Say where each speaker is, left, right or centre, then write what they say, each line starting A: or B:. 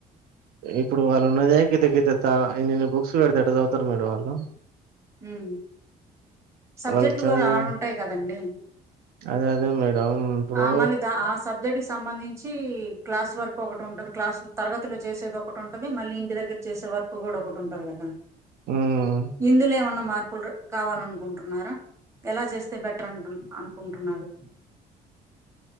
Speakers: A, on the right; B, on the right.
A: ఇప్పుడు వాళ్ళు ఉన్నదే గిత గిత త ఇన్నిన్ని బుక్స్ పెడితే ఎట్ల చదువుతారు మేడం వాళ్ళు
B: ఉహ్ సబ్జెక్ట్లు
A: వాళ్ళు చదివే
B: కూడా ఆరూ ఉంటాయి కదండి
A: అదే అదే మేడం ఇప్పుడు
B: ఆ మళ్ళీ ఆ ద ఆ సబ్జెక్ట్ సంబంధించి క్లాస్ వరకు ఒకటి ఉంటది క్లాస్ తరగతిలో చేసేది ఒకటి ఉంటుది మళ్ళీ ఇంటి దగ్గర చేసే వరకు కూడా ఒకటి ఉంటుది కదా
A: ఉమ్
B: ఇందులే మార్పులు కావాలనుకుంటున్నారా ఎలా చేస్తే బెటర్ అంటు అ అనుకుంటున్నారు